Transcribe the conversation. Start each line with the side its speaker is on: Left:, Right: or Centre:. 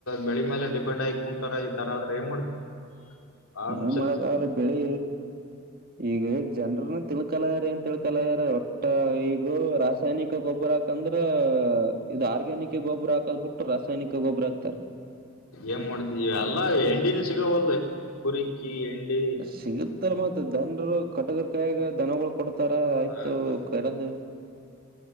Left: ಬೆಳಿ ಮೇಲೆ ಡಿಪೆಂಡ್ ಆಗ ಕುಂತಾರ ಈ ತರ ಆದ್ರೆ ಏನ್ ಮಾಡ್ತಿ ಬಾಳ
Right: ಏನ್
Left: ಮುಸಲ್
Right: ಮಾಡಕ್ ಆಗಲ್ಲ ಬೆಳಿ ಈಗ ಜನ್ರನ ತಿಳ್ಕಲ್ರ ಏನ್ ತಿಳ್ಕಲಯ್ರ ಒಟ್ಟ ಈಗ ರಾಸಾಯನಿಕ ಗೊಬ್ಬರ ಹಾಕಂದ್ರ ಇದು ಆರ್ಗ್ಯಾನಿಕ್ ಗೊಬ್ರ ಹಾಕದ್ಬ ಬಿಟ್ಟು ರಾಸಾಯನಿಕ ಗೊಬ್ಬರ ಹಾಕ್ತಾರೆ
Left: ಏನ್ ಮಾಡ್ತ ಅಲ್ಲಾ ಎಂಡಿನ ಸಿಗವಲ್ ಕುರಿಕಿ ಎಂಡಿ
Right: ಸಿಗುತ್ತ ಮತ್ ದನ್ರು ಕಟ್ಟಗರ್ ಕಾಯಾಗ ದನಗಳ ಕೊಡ್ತಾರ ಆಯ್ತು
Left: ಹಾ ಮತ್
Right: ಕೆಡದು